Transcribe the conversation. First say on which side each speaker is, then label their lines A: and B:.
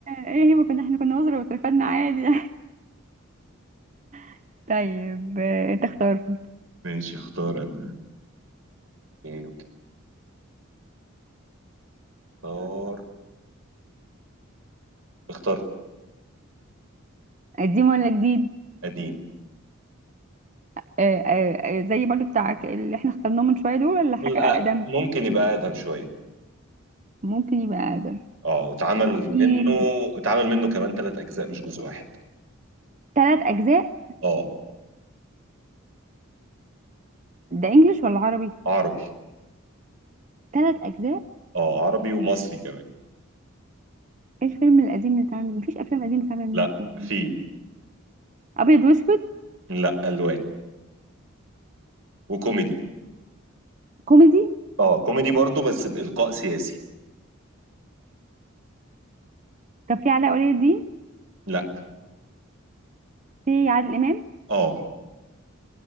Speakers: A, on the right; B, on the right.
A: ايه هي، ما كنا احنا كنا وزراء واترفدنا عادي <laughs> طيب آه، تختار
B: ماشي اختار انا ايه اوكي اختار اختار
A: قديم ولا جديد
B: قديم
A: آه، آه، آه، زي برضو بتاعك اللي احنا اخترناه من شوية دول ولا حاجة
B: لا
A: أقدم
B: ممكن يبقى اقدم شويه
A: ممكن يبقى أقدم
B: اه اتعمل
A: في
B: منه اتعمل منه كمان ثلاث اجزاء مش جزء واحد
A: ثلاث أجزاء
B: اه
A: ده إنجليش ولا عربي؟
B: عربي
A: ثلاث أجزاء
B: اه عربي ومصري كمان
A: إيه الفيلم القديم اللي اتعمل مفيش أفلام قديمة اتعمل منه
B: لا
A: فيلم.
B: في
A: أبيض وأسود
B: لا الوان وكوميدي
A: كوميدي
B: اه كوميدي برضو بس بالقاء سياسي
A: طب في علاء ولي الدين
B: لا
A: في عادل إمام
B: اه